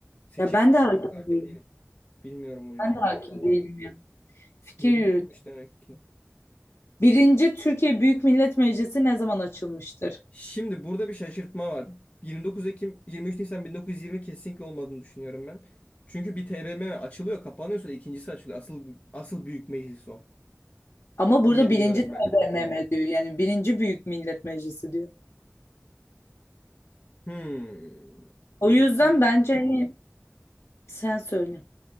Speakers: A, on the left; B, on the left.
A: Seçim
B: Ya ben
A: kısmına
B: de hakim
A: çok hakim
B: değilim.
A: değilim. Bilmiyorum o yüzden.
B: Ben de hakim
A: Allah Allah.
B: değilim ya. Fikir
A: 21'miş
B: yürüt.
A: demek ki.
B: Birinci Türkiye Büyük Millet Meclisi ne zaman açılmıştır?
A: Şimdi burada bir şaşırtma var. 29 Ekim, 23 Nisan 1920 kesinlikle olmadığını düşünüyorum ben. Çünkü bir TBMM açılıyor, kapanıyorsa da ikincisi açılıyor. Asıl asıl büyük meclis o
B: Ama burada
A: diyebiliyorum
B: birinci TBMM
A: ben.
B: diyor. Yani birinci Büyük Millet Meclisi diyor.
A: Hmm.
B: O yüzden
A: Bir
B: bence hani sen söyle.